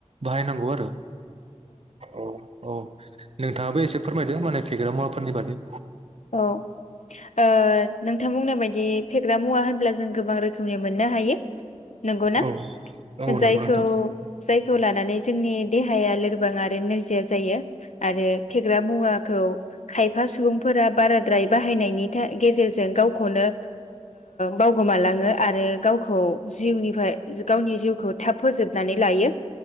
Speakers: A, on the right; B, on the left.
A: बाहायनांगौ आरो, औ औ औ नोंथाङाबो एसे फोरमायदों माने फेग्रा मुवाफोरनि बादै।
B: औ ओ नोंथां बुंनाय बायदि फेग्रा मुवा होनब्ला जों गोबां रोखोमनि मोननो हायो। नंगौ ना
A: औ औ नंगौ
B: जायखौ
A: नोंथां
B: जाय थौ लानानै जोंनि देहाया लोरबां आरो नोरजिया जायो। आरो फेग्रा मुवाखौ खायफा सुबुं बाराद्राय बाहायनायनि गेजेरजों गावखौनो बावगोमालाङो आरो गावखौ जिउनिफ्राय गावनि।